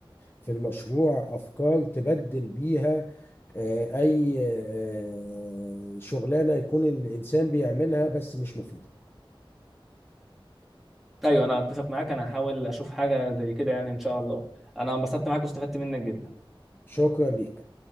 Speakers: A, on the left; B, in the centre.
A: في المشروع افكار تبدل بيها آه، اي آه، آه، شغلانة يكون الانسان بيعملها بس مش مفيدة
B: ايوه انا اتفق معاك انا هحاول اشوف حاجه زي كده يعني ان شاء الله انا انبسطت معاك واستفدت منك جدا
A: شكرا ليك